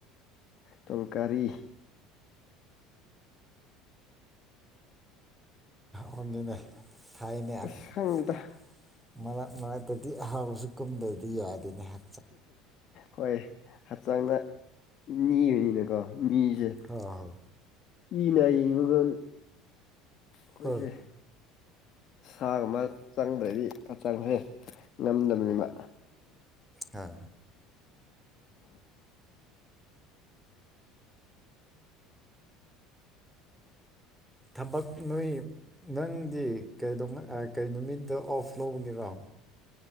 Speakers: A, on the left; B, in the centre.
A: ꯇꯣꯡꯀꯔꯤ꯫
B: ꯍꯣꯡꯉꯅꯦ ꯊꯥꯏꯅꯦ <unintelligible>
A: ꯑꯁ ꯈꯪꯗꯦꯗ
B: ꯃꯔꯛ ꯃꯔꯛꯇꯗꯤ ꯑꯍꯥꯎꯕꯁꯨ ꯀꯨꯝꯗ꯭ꯔꯗꯤ ꯌꯥꯗꯦꯅꯤ ꯍꯥꯏ
A: ꯍꯣꯏ ꯍꯛꯆꯥꯡꯗ ꯅꯤꯕꯅꯤꯅꯀꯣ ꯃꯤꯁꯦ꯫
B: ꯍꯣ ꯍꯣ
A: ꯏꯅꯥꯏ ꯃꯒꯜ ꯀꯣꯏꯁꯦ꯫
B: ꯍꯣꯏ
A: ꯁꯥꯒꯨꯝꯕ ꯆꯪꯗ꯭ꯔꯗꯤꯆꯪꯁꯦ ꯉꯝꯗꯕꯅꯤꯅ꯫
B: ꯍꯥ ꯊꯕꯛ ꯅꯣꯏ ꯅꯪꯗꯤꯩ ꯀꯩ ꯅꯨꯃꯤꯠꯇ ꯑꯣꯐ ꯂꯧꯕꯒꯤꯔꯣ?